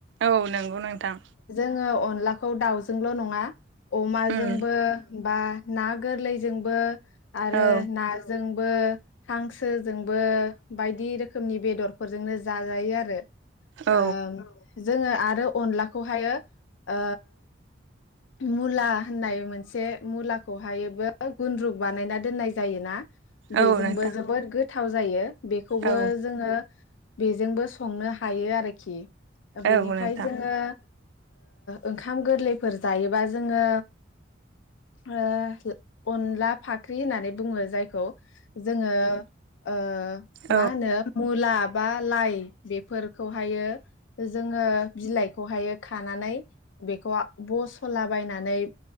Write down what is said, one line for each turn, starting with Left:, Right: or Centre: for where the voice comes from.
Right: औ नंगौ नोंथां।
Left: जोङो अनलाखौ दाउजोंल' नङा अमाजोंबो
Right: उम
Left: बा ना गोरलैजोंबो आरो
Right: औ
Left: नाजों बो हांसोजोंबो बायदि रोखोमनि बेदरफोरजोंनो जाजायो आरो।
Right: औ
Left: ओ। जोङो आरो अनलाखौहायो ओ, मुला होननाय मोनसे मुलाखौ हायोबो गुन्द्रुक बानायनानै दोननाय जायोना बेजोंबो
Right: औ नोंथां
Left: जोबोद गो गोथाव जायो। बेखौबो
Right: औ
Left: जोङो बेजोंबो संनो हायो आरोखि। बेनिफ्राय
Right: औ नोंथां
Left: जोङो ओ ओंखाम गोरलैफोर जायोबा जोङो ओ अनला फाख्रि होननानै बुङो जायखौ जोङो ओ
Right: औ
Left: मा होनो मुला बा लाइ बेफोरखौहायो जोङो बिलाइखौहाय खानानै बेखौ बस'लाबायनानै